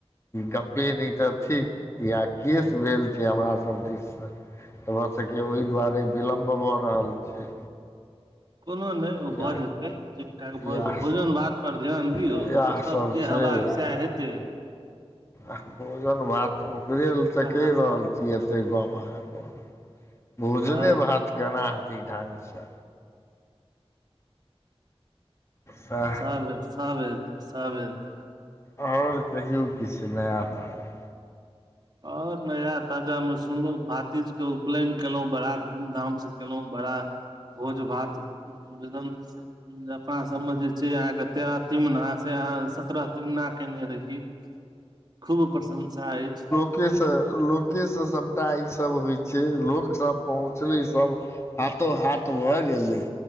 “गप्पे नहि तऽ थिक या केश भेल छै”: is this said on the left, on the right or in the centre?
Left